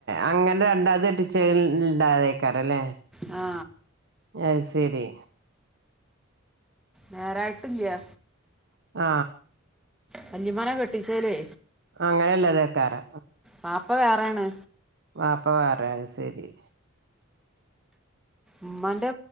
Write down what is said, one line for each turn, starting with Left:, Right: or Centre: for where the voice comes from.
Right: അങ്ങനെ രണ്ടാത്തെച്ചേല് ഇണ്ടായതേക്കാരല്ലേ
Centre: ആ
Right: അഹ്സെരി
Centre: നേരായിട്ടി ല്ല്യ
Right: ആ
Centre: വലിയുമ്മാനെ കെട്ടിച്ചേലേ
Right: അങ്ങനെയ്ളളതേക്കാരം
Centre: പാപ്പ വേറേണ്
Right: വപ്പ വേറെ അഹ്സരി
Centre: ഉമ്മാൻ്റെ